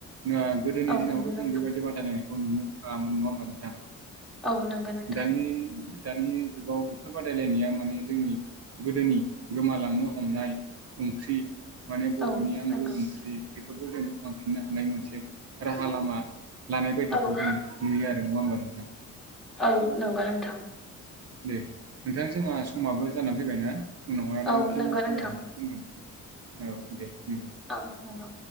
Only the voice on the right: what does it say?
ना गोदोनि
दिनावथ'
जों
बेबायदि बादायलायनाय नुनो थाङामोन नंङा ओनबा नोंथां?
दानि दानि जुगाव बेफोर बादायलायनाया माने जोंनि गोदोनि गोमालांनो हमनाय ओंख्रि माने बर'नि
आंगो
ओंख्रि बेफोरखौ जों बोखांफिननो हानाय मोनसे राहा लामा लानाय बायदिखौ
जों नुयो आरो नङा होमबा नोंथां?
दे नोंथां जोंहा समाबो जानानै फैबाय ना? उनावहाय आरो
फिन
सावरायफिनसै
होनबा औ दे होनबा।